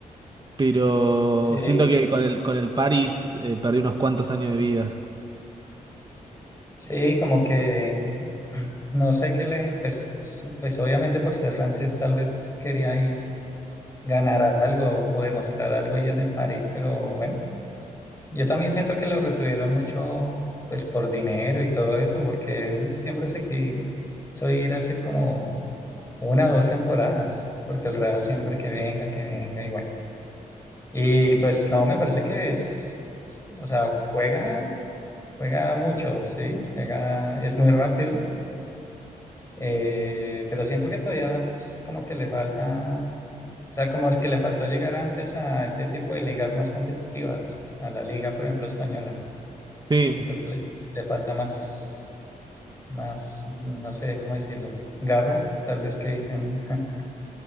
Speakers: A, on the right (about 30°); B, on the left (about 20°).
A: Pero
B: Sí,
A: siento que con el, con el París eh, perdí unos cuantos años de vida.
B: sí, como que no sé qué le, pues, pues obviamente por ser francés tal vez queríais ganar algo o demostrar algo ahí en el París, pero bueno, yo también siento que lo retuvieron mucho, pues por dinero y todo eso, porque él siempre se quiso ir hace como una o dos temporadas, porque el Real siempre que venga, que venga y bueno. Y pues no, me parece que es, o sea, juega, juega mucho, sí, juega, es muy rápido, eh, pero siento que todavía pues, como que le falta, o sea, como el que le faltó llegar antes a este tipo de ligas más competitivas, a la liga, por ejemplo, española.
A: Sí,
B: Siento que le, le falta más, más, no sé cómo decirlo, garra, tal vez que dicen <laughs>